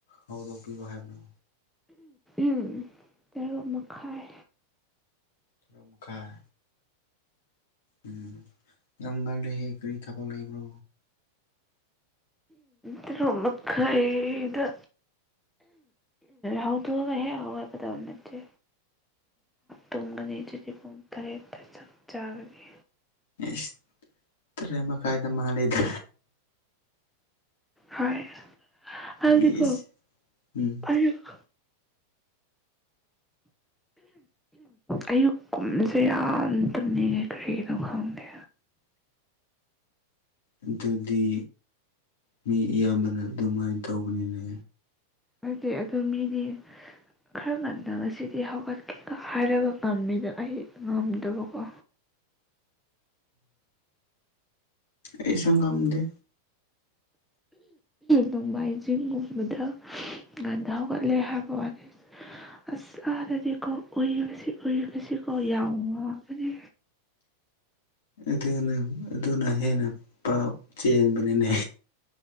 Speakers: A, on the left; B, in the centre.
A: ꯍꯧꯗꯣꯛꯄꯤꯌꯣ ꯍꯥꯏꯕꯅꯣ
B: ꯎꯝ ꯇꯔꯨꯛ ꯃꯈꯥꯏ
A: ꯇꯔꯨꯛ ꯃꯈꯥꯏ ꯎꯝ ꯌꯥꯝ ꯉꯜꯂꯤꯍꯦ ꯀꯔꯤ ꯊꯕꯛ ꯂꯩꯕ꯭ꯔꯣ
B: ꯇꯔꯨꯛ ꯃꯈꯥꯏꯗ ꯍꯧꯗꯣꯛꯑꯒ ꯍꯦꯛ ꯍꯧꯒꯠꯀꯗꯕ ꯅꯠꯇꯦ ꯇꯨꯝꯒꯅꯤ ꯑꯗꯨꯗꯤ ꯄꯨꯡ ꯇꯔꯦꯠꯇ ꯆꯞ ꯆꯥꯒꯅꯤ
A: ꯏꯁ ꯇꯔꯦꯠ ꯃꯈꯥꯏꯗ ꯃꯥꯜꯂꯦꯗ
B: ꯍꯥꯏ ꯑꯗꯨꯗꯤꯀꯣ
A: ꯏꯁ ꯎꯝ
B: ꯑꯌꯨꯛ ꯑꯌꯨꯛ ꯀꯨꯝꯕꯁꯦ ꯌꯥꯝ ꯇꯨꯝꯅꯤꯡꯉꯦ ꯀꯔꯤꯒꯤꯅꯣ ꯈꯪꯗꯦ
A: ꯑꯗꯨꯗꯤ ꯃꯤ ꯑꯌꯥꯝꯕꯅ ꯑꯗꯨꯃꯥꯏꯅ ꯇꯧꯕꯅꯤꯅꯦ
B: ꯑꯗꯨꯗꯤ ꯑꯗꯨꯗ ꯃꯤꯗꯤ ꯈꯔ ꯉꯟꯅ ꯉꯁꯤꯗꯤ ꯍꯧꯒꯠꯀꯦꯒ ꯍꯥꯏꯔꯒ ꯉꯝꯃꯦꯗ ꯑꯩ ꯉꯝꯗꯕꯀꯣ
A: ꯑꯩ ꯁꯒ ꯑꯃꯗꯤ
B: ꯅꯣꯡꯃꯥꯏꯖꯤꯡꯒꯨꯝꯕꯗ ꯉꯟꯊ ꯍꯧꯒꯠꯂꯦ ꯍꯥꯏꯕ ꯋꯥꯅꯤ ꯑꯁ ꯑꯥꯗꯗꯤꯀꯣ ꯎꯨꯏꯔꯤꯕꯕꯁꯤ ꯀꯨꯏ ꯉꯁꯤꯀꯣ ꯌꯥꯝꯎꯕꯅꯤ
A: ꯑꯗꯨꯅ ꯑꯗꯨꯅ ꯍꯦꯟꯅ ꯄꯞ ꯆꯦꯟꯕꯅꯤꯅꯦ